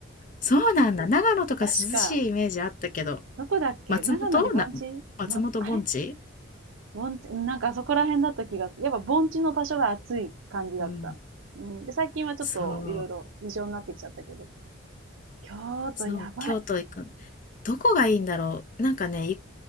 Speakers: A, on the left; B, on the right.
A: そうなんだ。長野とか涼しいイメージあったけど、
B: <laughs> 確か、どこだっけ長野に盆地ま、
A: 松本な松本盆地
B: あれ盆地、なんかあそこら辺だった気が、やっぱ盆地の場所が暑い感じだった。
A: うん。
B: うん、で、最近はちょっといろいろ異常になってきちゃったけど。
A: そう、
B: 京都やばい。
A: そう、京都行く。どこがいいんだろう。なんかね、い